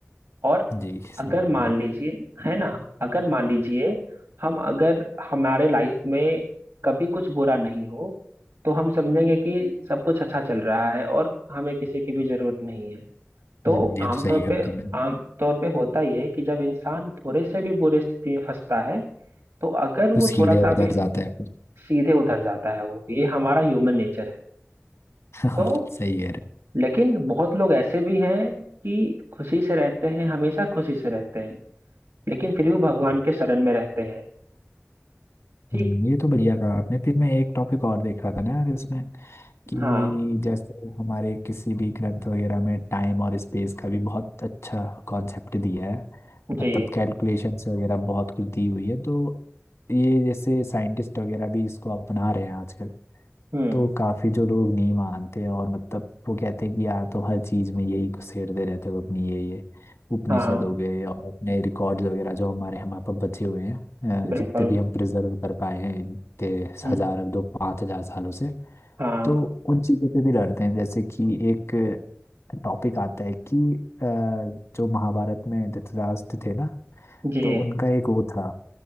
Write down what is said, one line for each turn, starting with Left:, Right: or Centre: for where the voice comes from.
Right: और
Left: जी सही
Right: अगर
Left: कह
Right: मान
Left: रहे हो
Right: लीजिए है ना अगर मान लीजिए हम अगर हमारे लाइफ में कभी कुछ बुरा नहीं हो तो हम समझेंगे कि सब कुछ अच्छा चल रहा है और हमें किसी की भी जरूरत नहीं है तो
Left: हम्म, ये
Right: आमतौर
Left: तो सही कह
Right: पे
Left: रहा हूँ।
Right: आमतौर पे होता ही है कि जब इंसान थोड़े से भी बुरे स्थिति में फंसता है तो अगर
Left: तो
Right: वो
Left: सीधे
Right: थोड़ा सा
Left: उधर
Right: भी
Left: जाता है फिर
Right: सीधे उधर जाता है वो ये हमारा ह्यूमन नेचर है
Left: <laughs> हाँ
Right: तो
Left: सही कह रहे
Right: लेकिन बहुत लोग ऐसे भी हैं कि खुशी से रहते हैं हमेशा खुशी से रहते हैं लेकिन फिर भी भगवान के शरण में रहते हैं ठीक
Left: हो। हम्म, ये तो बढ़िया कहा आपने फिर मैं एक टॉपिक और देख रहा था ना यार इसमें कि
Right: हाँ
Left: जैसे हमारे किसी भी ग्रंथ वगैरह में टाइम और स्पेस का भी बहुत अच्छा कॉन्सेप्ट दिया है
Right: जी
Left: मतलब कैलकुलेशंस वगैरह बहुत कुछ दी हुई है तो ये जैसे साइंटिस्ट वगैरह भी इसको अपना रहे हैं आजकल
Right: हम्म
Left: तो काफी जो लोग नहीं मानते हैं और मतलब वो कहते हैं कि यार तुम हर चीज में यही घुसेड़ते रहते हो अपनी ये ये उपनिषद
Right: हाँ
Left: हो गए और अपने रिकॉर्ड्स वगैरह जो हमारे हमारे पास बचे हुए हैं अ, जितने
Right: बिल्कुल
Left: भी हम प्रिजर्व कर पाए हैं इतने
Right: हम्म,
Left: हजार दो पाँच हजार सालों से
Right: हाँ
Left: तो उन चीजों पे भी लड़ते हैं जैसे कि एक टॉपिक आता है कि अ, जो महाभारत में धृतराष्ट्र थे ना
Right: जी
Left: तो उनका एक वो था